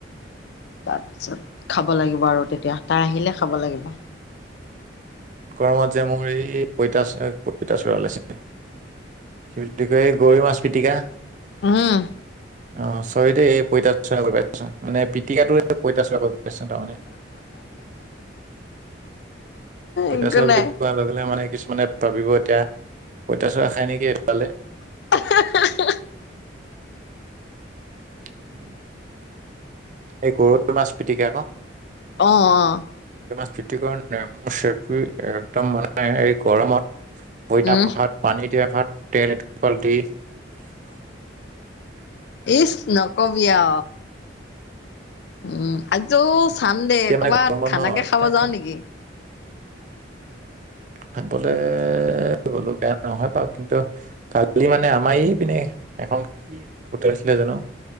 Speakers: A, on the left; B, on the right.
A: তাৰপিছত খাব লাগিব আৰু তেতিয়া তাই আহিলে খাব লাগিব।
B: গৰমত যে মোৰ এই পঁইতাচ - পঁইতাচোৰা ওলাইছে। কি বুলি কয় গৰৈ মাছ পিটিকা।
A: উম।
B: অ' চৰি দেই এই <unintelligible> মানে পিটিকাটোৱে পঁইতাচোৰা কৈ পাইছোঁ তাৰ মানে। পঁইতাচোৰা
A: একো নাই
B: বুলি কোৱা লগে লগে মানে কিছুমানে ভাবিব এতিয়া পঁইতাচোৰা খায় নেকি সেইফালে।
A: <unintelligible>
B: <inaudible> এই গৰৈ মাছ পিটিকা আকৌ।
A: অ', অ'।
B: <unintelligible> নেমু চেপি একদম মানে এই গৰমত পইতা
A: উম
B: ভাত পানী দিয়া ভাত। নে পালটি।
A: ইচ নকবি আ উম আজৌ চাম দেই
B: এতিয়া
A: কৰ'ৰবাত
B: মানে গৰমত
A: খানাকে
B: ন একদম
A: খাব যাও নেকি?
B: খাবলৈ গ'লো বেয়া নহয় বাৰু কিন্তু কালি মানে আমাৰ ই পিনে। এখন কি হোটেল আছিলে জানো?